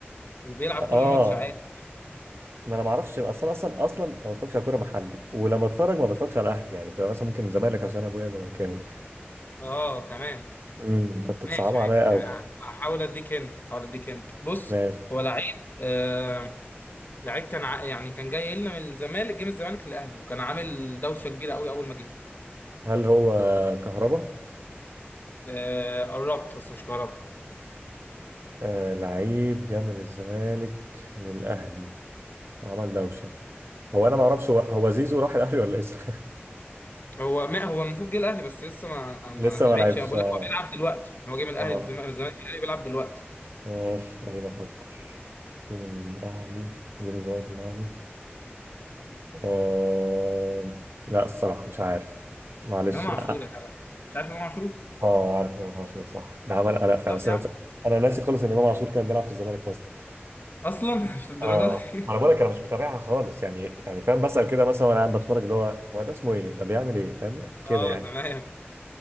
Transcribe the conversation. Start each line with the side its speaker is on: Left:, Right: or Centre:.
Left: وبيلعب
Right: اه
Left: كل ماتش عادي
Right: ما انا ما اعرفش اصلا اصلا اصلا ما بتفرجش على كوره محلي ولما اتفرج ما بتفرجش على اهلي يعني بتبقى مثلا ممكن زمالك عشان ابويا زملكاوي
Left: اه كمان
Right: امم فانت
Left: ماشي
Right: بصعب عليا
Left: ماشي
Right: قوي
Left: يعني هحاول اديك انت هحاول اديك انت بص
Right: ماشي.
Left: هو لعيب آه لعيب كان ع... يعني كان جاي لنا من الزمالك جه من الزمالك للاهلي وكان عامل دوشه كبيره قوي اول ما جه
Right: هل هو كهربا؟
Left: آه قربت بس مش قربت
Right: آه لعيب جه من الزمالك للأهلي وعمل دوشة هو أنا ما أعرفش هو هو زيزو راح الأهلي ولا لسه؟
Left: هو ما هو المفروض جه الاهلي بس لسه ما
Right: <laughs>
Left: ما,
Right: لسه
Left: ما لعبش
Right: ما لعبش
Left: انا بقول
Right: آه
Left: لك هو بيلعب دلوقتي يعني هو جه من الاهلي
Right: آه
Left: للزمالك من الزمالك للاهلي بيلعب دلوقتي
Right: ماشي خلينا أفكر جه من الأهلي جه من الزمالك للأهلي آه لا الصراحة مش عارف معلش
Left: امام عاشور
Right: آه
Left: يا جدع مش عارف امام عاشور
Right: آه عارف إمام عاشور صح ده عمل قلق فعلا
Left: طب
Right: بس
Left: يا
Right: أنا
Left: عم
Right: أنا ناسي خالص إن إمام عاشور كان بيلعب في الزمالك أصلا
Left: اصلا <laughs> مش الدرجات
Right: اه
Left: دي
Right: ما انا بقول لك انا مش متابعها خالص يعني يعني فاهم بسأل كده مثلا وانا قاعد بتفرج اللي هو هو ده اسمه ايه ده بيعمل ايه فاهمني كده
Left: اه
Right: يعني
Left: تمام